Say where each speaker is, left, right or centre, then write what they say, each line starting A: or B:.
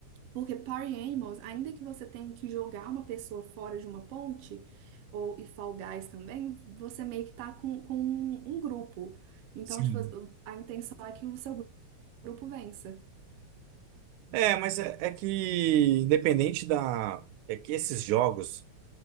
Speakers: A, on the right (about 70°); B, on the right (about 80°).
A: Porque Party Animals, ainda que você tenha que jogar uma pessoa fora de uma ponte, ou e Fall Guys também, você meio que tá com, com um, um grupo. Então,
B: Sim.
A: tipo, a intenção é que o seu grupo vença.
B: É, mas é, é que independente da. É que esses jogos,